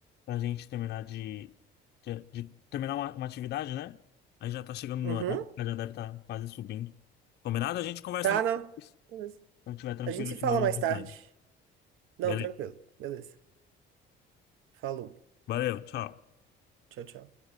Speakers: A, on the left; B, on the right.
A: a gente terminar de, de, de terminar uma, uma atividade, né? Aí já tá chegando no
B: Uhum.
A: horário, ela já deve estar quase subindo. Combinado? A gente conversa
B: Tá,
A: mais
B: não.
A: depois.
B: Beleza.
A: Quando estiver tranquilo,
B: A gente se
A: eu
B: fala
A: te mando
B: mais
A: mensagem.
B: tarde. Não,
A: Beleza.
B: tranquilo. Beleza. Falou.
A: Valeu, tchau.
B: Tchau, tchau.